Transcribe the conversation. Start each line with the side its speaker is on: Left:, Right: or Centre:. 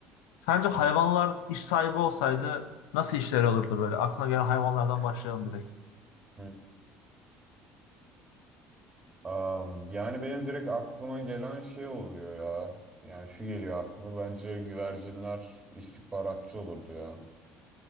Left: Sence hayvanlar
Right: Zaten.
Left: iş sahibi olsaydı nasıl işleri olurdu böyle? Aklına gelen hayvanlardan başlayalım direkt.
Right: Hı. Am, yani benim direkt aklıma gelen şey oluyor ya. Yani şu geliyor aklıma. Bence güvercinler istihbaratçı olurdu ya.